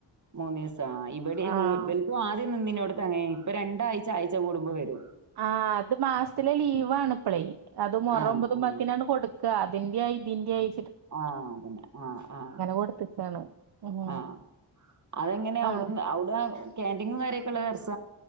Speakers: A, on the right; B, on the right.
A: മൂന്നീസ് ആ ഇവിടെ
B: ആഹ്
A: ഹൂൽ ബ ആദ്യം നിന്നിനോട് തങ്ങായി ഇപ്പ രണ്ടഴ്ച ആഴ്ച കൂടുമ്പോൾ വെരും
B: ആ അത് മാസത്തിലെ ലീവാണ് ഇപ്പളേ അത് മൊറം
A: ആഹ്
B: ഒമ്പതുംമ്പത്തിനാണ്
A: ആഹ്
B: കൊടുക്ക അതിന്റെയ ഇതിന്റെയായി
A: ആഹ് അതന്നെ ആഹ് ആഹ്
B: കൊടുത്ത്ക്കാണ് ഉം
A: ആഹ് അതെങ്ങനെയ അവിടുന്ന്
B: ആഹ്
A: അവിടെ ക്യാന്റീൻ കാര്യൊക്കെ ഉള്ള ദർസ